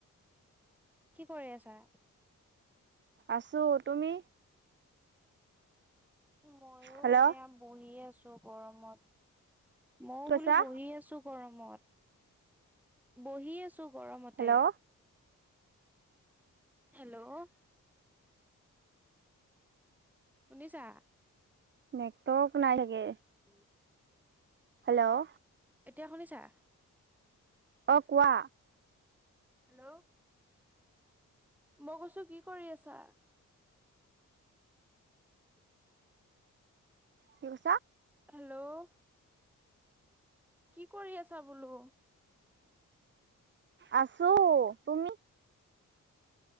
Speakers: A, in the centre; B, on the right.
A: কি কৰি আছা
B: আছো তুমি
A: ময়ো
B: হেল্ল'
A: এয়া বহি আছো গৰমত মইও
B: কি কৈছা
A: বোলো বহি আছো গৰমত বহি আছো গৰমতে
B: হেল্ল'
A: হেল্ল' শুনিছা
B: নেটৱৰ্ক নাই ছাগে
A: উম।
B: হেল্ল',
A: এতিয়া শুনিছা
B: অ', কোৱা
A: হেল্ল' মই কৈছো কি কৰি আছা
B: কি কৈছা
A: হেল্ল' কি কৰি আছা বোলো
B: আছো তুমি